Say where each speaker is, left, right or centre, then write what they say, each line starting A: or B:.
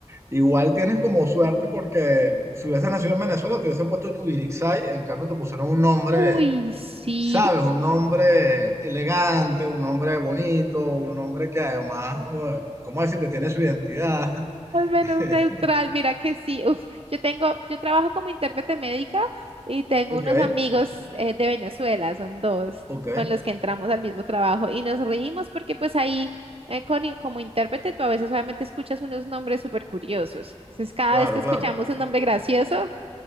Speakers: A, on the right; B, on the right.
A: igual tienes como suerte porque si hubiese nacido en Venezuela te hubiesen puesto Yubirixay, en cambio te pusieron un nombre,
B: uy, sí,
A: ¿sabes? Un nombre elegante, un nombre bonito, un nombre que además, eh, ¿cómo decirte? Tiene su identidad.
B: al menos
A: <laughs>
B: neutral, mira que sí, uf, yo tengo, yo trabajo como intérprete médica y tengo
A: Ok,
B: unos amigos eh, de Venezuela, son dos,
A: ok,
B: con los que entramos al mismo trabajo y nos reímos porque pues ahí eh, con in- como intérprete tú a veces solamente escuchas unos nombres súper curiosos, entonces cada
A: claro,
B: vez que escuchamos
A: claro.
B: un nombre gracioso,